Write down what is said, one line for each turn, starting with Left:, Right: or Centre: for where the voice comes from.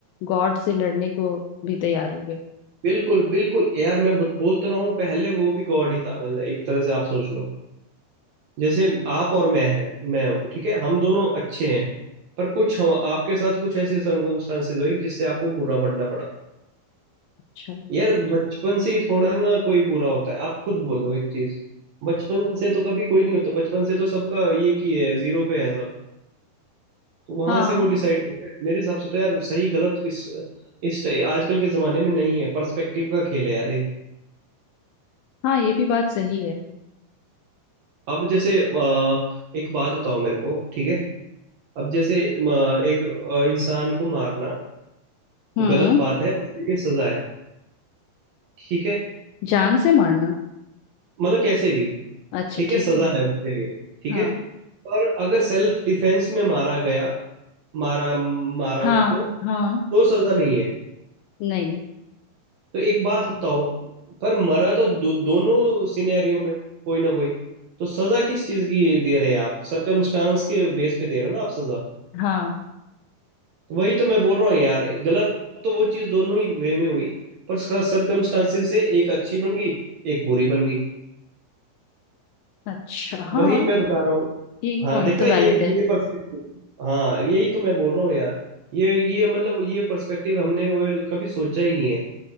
Left: गॉड से लड़ने को भी तैयार हो गए
Right: बिल्कुल बिल्कुल यार मैं ब- बोलता रहा हूँ पहले वो भी गॉड ही था मतलब एक तरह से आप सोच लो जैसे आप और मैं हैं मैं हूँ ठीक है हम दोनों अच्छे हैं पर कुछ हम, आपके साथ कुछ ऐसी सर्कमस्टांसेस हुई जिससे आपको बुरा बनना पड़ा
Left: अच्छा
Right: यार बचपन से ही थोड़ा ना कोई बुरा होता है आप खुद बोलो एक चीज बचपन से तो कभी कोई नहीं होता बचपन से तो सबका ये की है जीरो पे है सब तो वहां
Left: हाँ
Right: से वो डिसाइड करते हैं मेरे हिसाब से तो यार सही गलत इस इस टाइ- आजकल के जमाने में नहीं है पर्सपेक्टिव का खेल है यार ये
Left: हाँ ये भी बात सही है
Right: अब जैसे अ, एक बात बताओ मेरे को ठीक है अब जैसे अ, एक अ, इंसान को मारना
Left: हम्म
Right: गलत बात है उसके लिए सजा है ठीक है
Left: जान से मारना
Right: मतलब कैसे भी
Left: अच्छा
Right: ठीक
Left: ठीक
Right: है सजा
Left: है
Right: है उसके लिए ठीक
Left: हाँ
Right: है पर अगर सेल्फ डिफेंस में मारा गया मारा मारा
Left: हाँ
Right: उसको
Left: हाँ
Right: तो सजा नहीं है
Left: नहीं
Right: तो एक बात बताओ पर मरा तो दो, दोनों सिनेरियो में कोई ना कोई तो सजा किस चीज की दे रहे हैं आप सरकमस्टांस के बेस पे दे रहे हो ना आप सजा
Left: हाँ
Right: तो वही तो मैं बोल रहा हूँ यार गलत तो वो चीज दोनों ही वे में हुई पर सरकमस्टांसेस से एक अच्छी बन गई एक बुरी बन गई
Left: अच्छा हाँ
Right: वही मैं बता रहा हूँ
Left: ये एक
Right: हाँ
Left: पॉइंट
Right: देखा
Left: तो
Right: ये
Left: वैलिड है
Right: ये पर्सपेक्टिव हाँ यही तो मैं बोल रहा हूँ यार ये ये मतलब ये पर्सपेक्टिव हमने वो कभी सोचा ही नहीं है